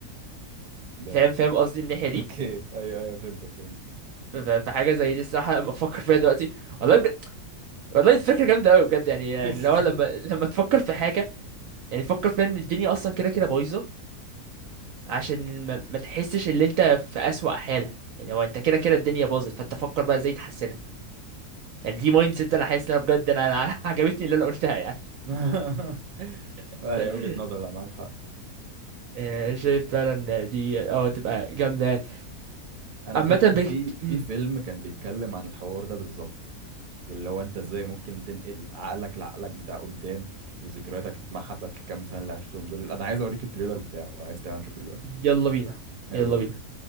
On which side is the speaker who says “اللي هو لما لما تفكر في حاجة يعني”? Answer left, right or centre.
Right